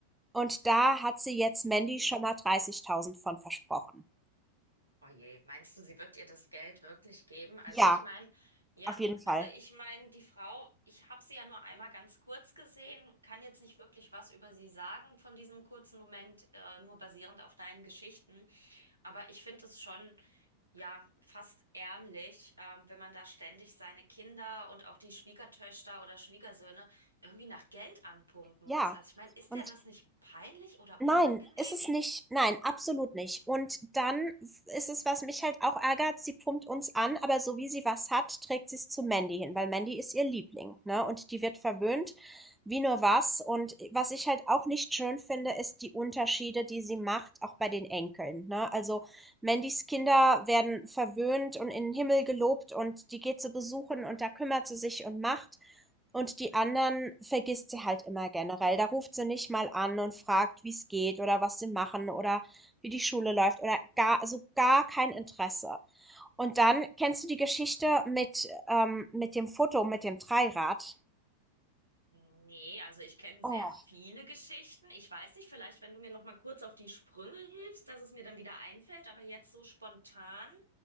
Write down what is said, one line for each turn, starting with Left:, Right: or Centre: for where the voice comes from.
Centre: Und da hat sie jetzt Mandy schon mal 30.000 von versprochen.
Right: Oh je, meinst du, sie wird ihr das Geld wirklich geben? Also
Centre: Ja,
Right: ich meine, ja,
Centre: auf jeden Fall.
Right: also ich meine, die Frau, ich habe sie ja nur einmal ganz kurz gesehen, kann jetzt nicht wirklich was über sie sagen von diesem kurzen Moment, äh, nur basierend auf deinen Geschichten. Aber ich finde es schon. ja, fast ärmlich, ähm, wenn man da ständig seine Kinder und auch die Schwiegertöchter oder Schwiegersöhne irgendwie nach Geld anpumpen
Centre: Ja.
Right: muss. Also ich meine, ist
Centre: Und
Right: der das nicht peinlich oder
Centre: Nein,
Right: unangenehm?
Centre: ist es nicht. Nein, absolut nicht. Und dann ist es, was mich halt auch ärgert, sie pumpt uns an, aber so wie sie was hat, trägt sie es zu Mandy hin, weil Mandy ist ihr Liebling, ne? Und die wird verwöhnt, wie nur was. Und was ich halt auch nicht schön finde, ist die Unterschiede, die sie macht, auch bei den Enkeln, ne? Also Mandys Kinder werden verwöhnt und in den Himmel gelobt und die geht zu besuchen und da kümmert sie sich und macht. Und die anderen vergisst sie halt immer generell. Da ruft sie nicht mal an und fragt, wie's geht oder was sie machen oder wie die Schule läuft oder gar, also gar kein Interesse. Und dann kennst du die Geschichte mit, ähm, mit dem Foto, mit dem Dreirad?
Right: Nee, also ich kenne
Centre: Oh,
Right: sehr viele Geschichten. Ich weiß nicht, vielleicht, wenn du mir noch mal kurz auf die Sprünge hilfst, dass es mir dann wieder einfällt, aber jetzt so spontan,